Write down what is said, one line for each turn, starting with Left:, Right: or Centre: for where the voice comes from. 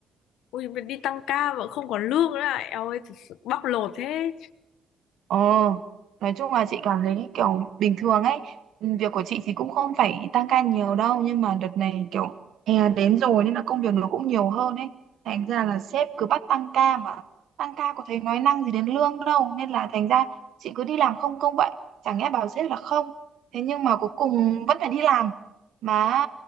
Left: Ôi mà đi tăng ca mà không còn lương nữa ạ. Eo ơi, thật sự bóc lột thế.
Right: Ờ, nói chung là chị cảm thấy kiểu bình thường ấy, ừ, việc của chị thì cũng không phải tăng ca nhiều đâu, nhưng mà đợt này kiểu hè đến rồi nên là công việc nó cũng nhiều hơn ấy. Thành ra là sếp cứ bắt tăng ca mà tăng ca có thấy nói năng gì đến lương đâu, nên là thành ra chị cứ đi làm không công vậy, chẳng nghe bảo sếp là không. Thế nhưng mà cuối cùng vẫn phải đi làm, mà